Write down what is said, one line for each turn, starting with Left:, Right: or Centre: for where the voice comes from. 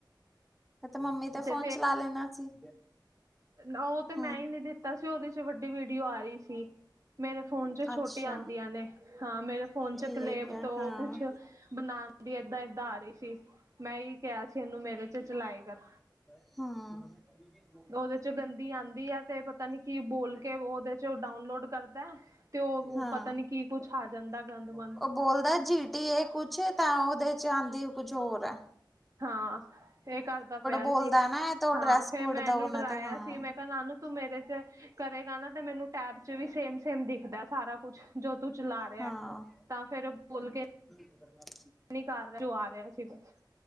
Centre: ਤੇ ਮੰਮੀ ਦਾ
Right: ਤੇ
Centre: ਫੋਨ ਚਲਾ ਲੈਣਾ ਸੀ।
Right: ਨਾ ਓ ਤੇ
Centre: ਹੂੰ
Right: ਮੈਂ ਹੀ ਨੀ ਦਿੱਤਾ ਸੀ। ਉਹਦੇ ਚ ਵੱਡੀ ਵੀਡੀਓ ਆ ਰਈ ਸੀ ਮੇਰੇ ਫੋਨ ਚ ਛੋਟੀ
Centre: ਅੱਛਾ
Right: ਆਦੀਆਂ ਨੇ, ਹਾਂ ਮੇਰੇ ਫੋਨ ਚ
Centre: ਠੀਕ
Right: ਕਲੇਬ
Centre: ਹੈ
Right: ਤੋਂ
Centre: ਹਾਂ
Right: ਕੁਛ ਬਣਾ ਦੀ ਏਦਾਂ, ਏਦਾਂ ਆ ਰਹੀ ਸੀ ਮੈਂ ਹੀ ਕਿਹਾ ਸੀ ਇਹਨੂੰ ਮੇਰੇ ਚ ਚਲਾਏ ਕਰ।
Centre: ਹਾ।
Right: ਉਹਦੇ ਚ ਗੰਦੀ ਆਉਂਦੀ ਹੈ ਤੇ ਪਤਾ ਨੀ ਕੀ ਬੋਲ ਕੇ ਉਹਦੇ ਚ ਡਾਊਨਲੋਡ ਕਰਦਾ। ਤੇ ਉਹ
Centre: ਹਾਂ
Right: ਪਤਾ ਨੀ ਕੀ ਕੁੱਛ ਆ ਜਾਂਦਾ ਗੰਦ ਮੰੰਦ।
Centre: ਉਹ ਬੋਲਦਾ ਜੀ ਟੀ ਇਹ ਕੁਛ ਤਾਂ ਉਹਦੇ ਚ ਆਉਂਦੀ ਕੁੱਝ ਹੋਰ ਆ।
Right: ਹਾਂ ਇਹ ਕਰਦਾ ਪਿਆ
Centre: ਬੋਲਦਾ
Right: ਸੀ।
Centre: ਨਾ ਇਹ ਤਾਂ
Right: ਹਾਂ,
Centre: ਡਰੈਸ
Right: ਫੇਰ
Centre: ਕੋਡ
Right: ਮੈਂ
Centre: ਦਾ
Right: ਇਹਨੂੰ
Centre: ਉਹਨਾਂ ਤੇ
Right: ਆਇਆ
Centre: ਹਾਂ
Right: ਸੀ ਮੈਂ ਕਿਹਾ ਨਾਨੂ ਤੂੰ ਮੇਰੇ ਚ ਕਰੇਗਾ ਨਾ ਤੇ ਮੈਨੂੰ ਟੈਬ ਚ ਵੀ ਸੇਮ, ਸੇਮ ਦਿਖਦਾ ਸਾਰਾ ਕੁਛ ਜੋ ਤੂੰ ਚਲਾ ਰਿਹਾ।
Centre: ਹਾਂ
Right: ਤਾਂ ਫੇਰ ਬੋਲ ਕੇ
Centre: <unintelligible>
Right: ਨ ਕਰ ਰਿਹਾ ਜੋ ਆ ਰਿਹਾ ਸੀ ਬਸ।